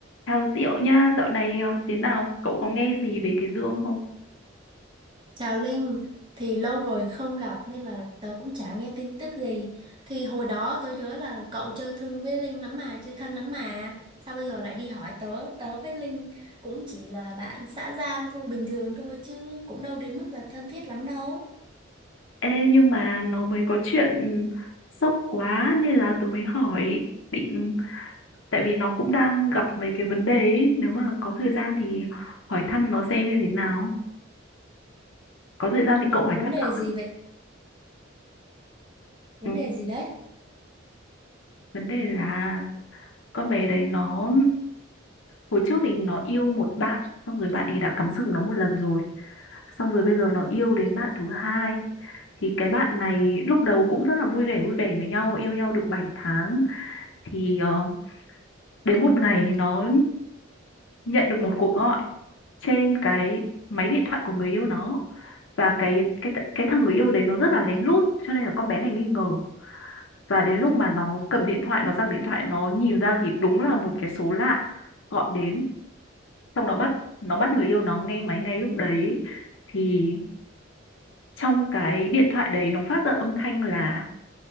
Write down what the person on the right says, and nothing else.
Chào Linh, thì lâu rồi không gặp nên là tớ cũng chả nghe tin tức gì. Thì hồi đó tớ nhớ là cậu chơi thân với Linh lắm mà, chơi thân lắm mà. Sao bây giờ lại đi hỏi tớ? Tớ với Linh cũng chỉ là bạn xã giao thôi, bình thường thôi chứ cũng đâu đến mức là thân thiết lắm đâu.
Vấn
đề
gì vậy? Vấn
đề gì đấy?